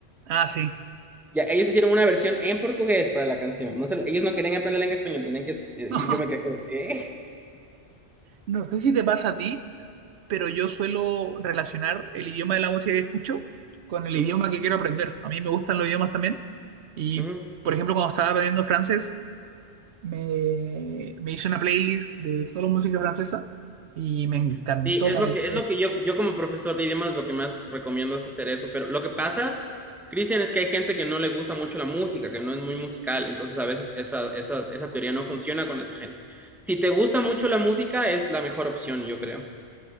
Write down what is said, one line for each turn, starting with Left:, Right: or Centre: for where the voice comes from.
Right: Ah, sí.
Centre: Ya, ellos hicieron una versión en portugués para la canción. No se- ellos no querían aprenderla en español, tenían que... y
Right: <laughs>
Centre: Yo me quedé como, ¿qué?
Right: No sé si te pasa a ti, pero yo suelo relacionar el idioma de la música que escucho con el idioma
Centre: Ujú,
Right: que quiero aprender. A mí me gustan los idiomas también. Y,
Centre: ujú.
Right: por ejemplo, cuando estaba aprendiendo francés, me, me hice una playlist de solo música francesa y me encantó.
Centre: Sí, es
Right: me
Centre: lo
Right: adentré.
Centre: que, es lo que yo, yo como profesor de idiomas lo que más recomiendo es hacer eso. Pero lo que pasa, Cristian, es que hay gente que no le gusta mucho la música, que no es muy musical. Entonces a veces esa, esa, esa teoría no funciona con esa gente. Si te gusta mucho la música, es la mejor opción, yo creo.